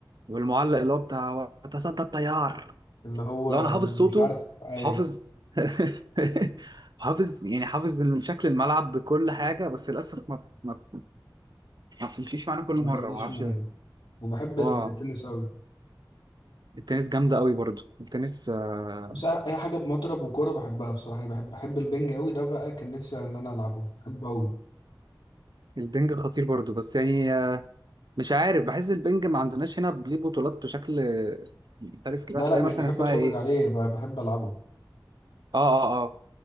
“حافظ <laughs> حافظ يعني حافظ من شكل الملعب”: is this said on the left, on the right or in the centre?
Right